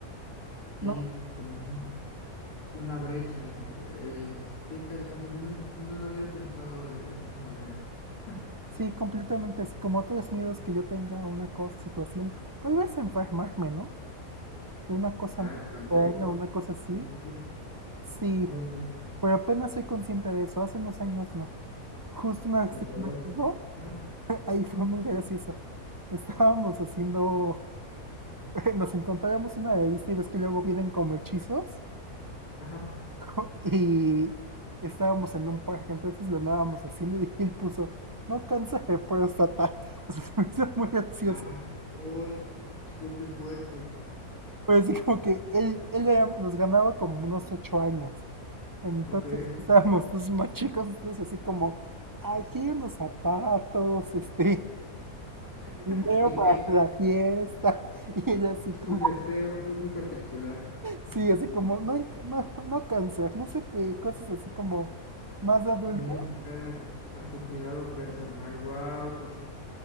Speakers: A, on the left; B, on the right.
A: y
B: No,
A: hay como un- una brecha entre ellos. Qué interesante, no, no no lo había pensado de esa manera. <laughs>
B: Sí, completamente así como otros miedos que yo tenga a una cosa, situación, tal vez enfermarme, ¿no? De una cosa
A: Ah,
B: muy
A: la salud.
B: extraña, una cosa así.
A: Sí, sí, sí,
B: Sí,
A: buen punto.
B: pero apenas soy consciente de eso, hace unos años no. Justo una vez
A: El
B: tenía
A: dolor.
B: un amigo,
A: Ajá,
B: <laughs> ahí fue muy gracioso. Estábamos haciendo, <laughs> nos encontrábamos una revista y ves que luego vienen como hechizos
A: ajá.
B: <laughs> y estábamos en un parque, entonces lo andábamos haciendo y <laughs> él puso, no cáncer de próstata. <laughs> O sea, se me hizo muy gracioso.
A: Ah, uy, qué fuerte.
B: Pero así como que él, él era- nos ganaba como unos ocho años. Entonces
A: Ok.
B: estábamos los más chicos, entonces así como, ay, quiero unos zapatos, este,
A: <laughs>
B: <laughs> dinero
A: Sí,
B: para
A: eh,
B: la fiesta. <laughs> Y él así
A: su
B: como,
A: deseo fue muy particular.
B: sí, así como, no, en- no, no cáncer, no sé qué, cosas así como más de adulto.
A: muy enfocadas a su cuidado personal. Wow, pues sí,